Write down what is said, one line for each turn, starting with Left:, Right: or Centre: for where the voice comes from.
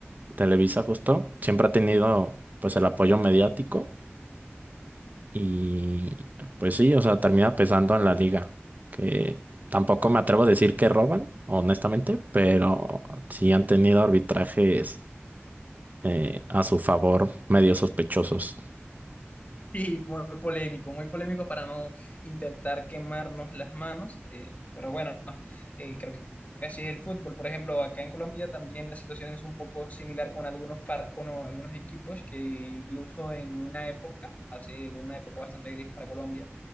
Right: Televisa justo, siempre ha tenido pues el apoyo mediático y pues sí, o sea, termina pesando en la liga, que tampoco me atrevo a decir que roban, honestamente, pero sí han tenido arbitrajes eh, a su favor medio sospechosos.
Left: Sí, muy polémico, muy polémico para no intentar quemarnos las manos, eh, pero bueno, eh, creo que así es el fútbol. Por ejemplo, acá en Colombia también la situación es un poco similar con algunos par- con algunos equipos que incluso en una época, hace una época bastante gris para Colombia